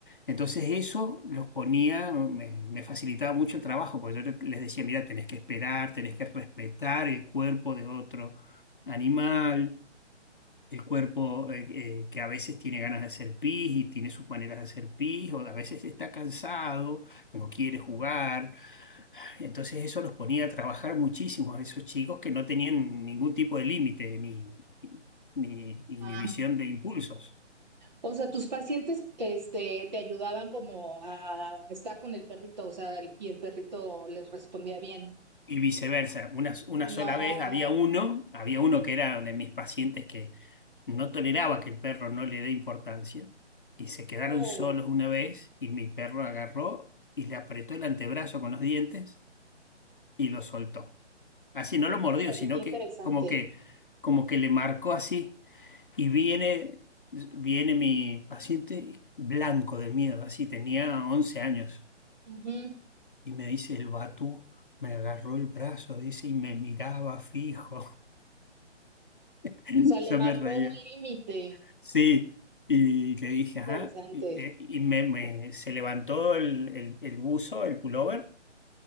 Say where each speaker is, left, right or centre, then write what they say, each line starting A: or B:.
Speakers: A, on the left (about 45°); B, on the right (about 40°).
A: Entonces eso los ponía, me, me facilitaba mucho el trabajo, porque yo le- les decía, mira, tenés que esperar, tenés que respetar el cuerpo de otro animal, el cuerpo eh, eh, que a veces tiene ganas de hacer pis y tiene sus maneras de hacer pis, o a veces está cansado, no quiere jugar entonces eso los ponía a trabajar muchísimo a esos chicos que no tenían ningún tipo de límite ni, ni inhibición
B: Ah,
A: de impulsos.
B: o sea, tus pacientes este, te ayudaban como a estar con el perrito, o sea, el- y el perrito les respondía bien.
A: Y viceversa, una, una
B: Y
A: sola
B: no,
A: vez había uno, había uno que era de mis pacientes que no toleraba que el perro no le dé importancia y se quedaron
B: oh,
A: solos una vez y mi perro agarró y le apretó el antebrazo con los dientes y lo soltó. Así no lo mordió,
B: órale,
A: sino
B: qué interesante.
A: que como que como que le marcó así Y viene, viene mi paciente blanco de miedo, así tenía 11 años.
B: Ujú.
A: Y me dice, el Batú me agarró el brazo, dice, y me miraba fijo. <laughs>
B: O sea, le
A: Yo
B: marcó
A: me reía.
B: un límite.
A: Sí, y le dije,
B: Interesante.
A: ajá, y, y- y me, me- se levantó el, el, el buzo, el pullover,